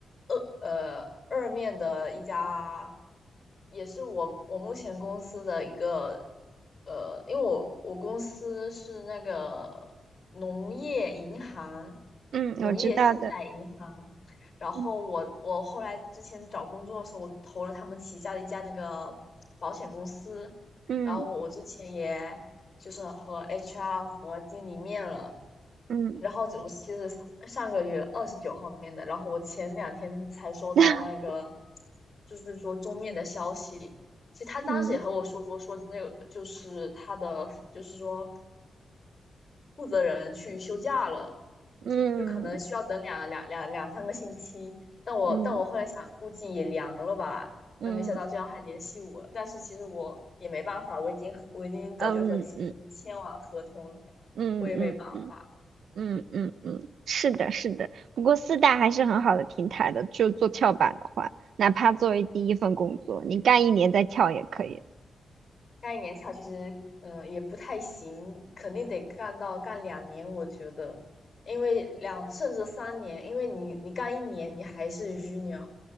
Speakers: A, on the left (about 35°); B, on the right (about 75°).
A: 二呃二面的一家，也是我我目前公司的一个呃，因为我我公司是那个农业银行，
B: 嗯，
A: 农业信贷银行。
B: 我知道的。
A: 然后我我后来之前找工作的时候，
B: 嗯
A: 我投了他们旗下的一家那个保险公司，
B: 嗯
A: 然后我之前也就是和 HR 和经理面了。
B: 嗯
A: 然后就我其实上个月二十九号面的，然后我前两天才收到那个，
B: <laughs>
A: 就是说终面的消息。其实他当时也和我说过，
B: 嗯
A: 说那个就是他的，就是说负责人去休假了，
B: 嗯
A: 就可能需要等两两两两三个星期。但我但我后来想，
B: 嗯
A: 估计也凉了吧。
B: 嗯嗯
A: 那没想到居然还联系我，但是其实我也没办法，我已经和我已经早就和其他人签完合同了，
B: 嗯嗯嗯嗯
A: 我也没办法。
B: 嗯嗯嗯，是的，是的。不过四大还是很好的平台的，就做跳板的话，哪怕作为第一份工作，你干一年再跳也可以。
A: 干一年卡其实嗯呃也不太行，肯定得干到干两年，我觉得，因为两甚至三年，因为你你干一年你还是 junior，